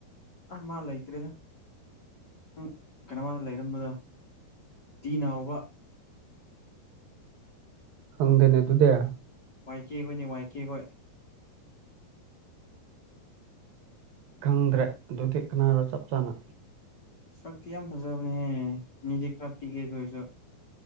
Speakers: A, on the left (about 30°); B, on the right (about 70°).
A: ꯑ ꯃꯥ ꯂꯩꯇ꯭ꯔꯦꯗ ꯅꯪ ꯀꯩꯅꯣꯗ ꯂꯩꯔꯝꯕꯗꯣ ꯇꯤ ꯅꯥ ꯍꯥꯎꯕ
B: ꯈꯪꯗꯦꯅꯦ ꯇꯨꯗ
A: ꯋꯥꯏꯀꯦ ꯍꯣꯏꯅꯦ ꯋꯥꯏꯀꯦ ꯍꯣꯏ
B: ꯈꯪꯗ꯭ꯔꯦ ꯑꯗꯨꯗꯤ ꯀꯅꯥꯅꯣ ꯆꯞ ꯆꯥꯅ
A: ꯁꯛꯇꯤ ꯌꯥꯝ ꯐꯖꯕꯅꯦꯍꯦ ꯃꯤꯗꯤ ꯈꯔ ꯄꯤꯛꯒꯦꯗ ꯑꯣꯏꯁꯨ